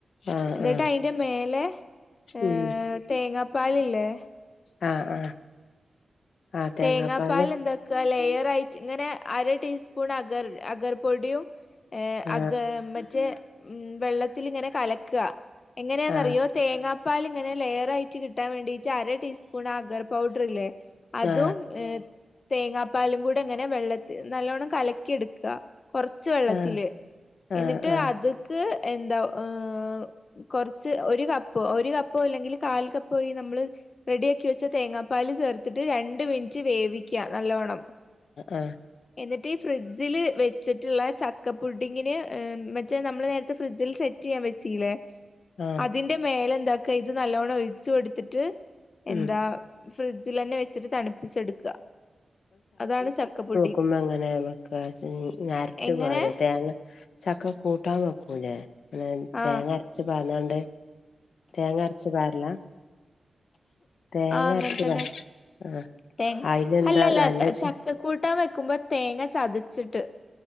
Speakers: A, on the left; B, on the left.
A: ആ
B: എന്നിട്ട്
A: ആ
B: അയിന്റെ മേലെ ഏഹ്
A: ഉം
B: തേങ്ങാപ്പാലില്ലേ
A: ആ ആ ആ തേങ്ങാപ്പാല്
B: തേങ്ങാ പാല് ന്താക ലെയർ ആയിട്ട് ഇങ്ങനെ അര ടീസ്പൂൺ അഗർ അഗർ പൊടിയും ഏഹ്
A: ആ
B: അഗ്ഗ മറ്റേ വെള്ളത്തിലിങ്ങനെ കലക്ക എങ്ങനെന്നറിയോ
A: ആ
B: തേങ്ങാപ്പാല് ങ്ങനെ ലെയറായിട്ട് കിട്ടാൻ വേണ്ടിട്ട് അര ടീസ്പൂൺ അഗർ പൗഡർ ഇല്ലേ അതും
A: ആ ആ
B: തേങ്ങാപ്പാലും കൂടെങ്ങനെ വെള്ളത്തി നല്ലോണ്ണം കലക്കി ട്ക്കാ കൊറച്ച് വെള്ളത്തില്
A: ആ ആ
B: എന്നിട്ട്
A: ആ
B: അത്ക്ക് എന്താ ഏഹ് കൊറച്ച് ഒരു കപ്പ് ഒരു കപ്പോല്ലെങ്കിൽ കാൽകപ്പോ വീ നമ്മള് റെഡിയാക്കി വെച തേങ്ങാപ്പാൽ ചേർത്തിട്ട് രണ്ട് മിൻറ്റ് വേവിക നല്ലോണം
A: ആ
B: എന്നിട്ട് ഫ്രിഡ്ജിൽ വെച്ചിട്ട്ള്ള ചക്കപ്പുഡിങ്ങിന് ഏഹ് മറ്റേ നമ്മൾ നേരത്തെ ഫ്രിഡ്ജിൽ സെറ്റ് റ്റി യ്യാൻ വെചീലേ
A: ആ
B: അതിന്റെ മേലെന്താക്കാ ഇത് നല്ലോണം ഒഴിച്ചുടുത്തിട്ട്
A: ഉം
B: എന്താ ഫ്രിഡ്ജിലെന്നെ വെച്ചിട്ട് തണുപ്പിച്ചെടുക അതാണ് ചക്കപു
A: കുമ്മ എങ്ങനെ വെക്കാ അരച്ച്
B: എങ്ങനെ
A: പാരോ തേങ്ങ ചക്ക കൂട്ടാൻ വെക്കൂലേ അങ്ങനെ
B: ആഹ്
A: തേങ്ങ അരച്ച് പാർന്നാണ്ട് തേങ്ങ അര്ച്ച് പാര്ലാ തേങ്ങ
B: ആഹ് അങ്ങനെ
A: അരച്ചുകറി
B: തന്നെ
A: ആ
B: തേങ്ങ
A: അയിനെന്താ
B: അല്ലല്ല
A: നല്ല ച
B: ചക്കക്കൂട്ടാൻ വെക്കുമ്പോ തേങ്ങ ചതച്ചിട്ട്